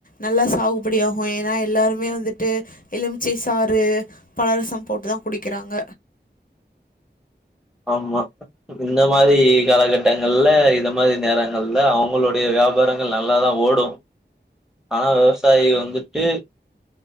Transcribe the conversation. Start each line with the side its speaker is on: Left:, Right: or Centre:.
Left: நல்லா சாகுபடி ஆகு ஏனா எல்லாருமே வந்துட்டு எலுமிச்சை சாறு பழரசம் போட்டுதா குடிக்கிறாங்க
Centre: ஆமா இந்த மாரி காலகட்டங்கள்ல இந்த மாரி நேரங்கள்ல அவ்ங்களுடைய வியாபாரங் கள் நல்லா தா ஓடு ஆனா விவசாயிக வந்துட்டு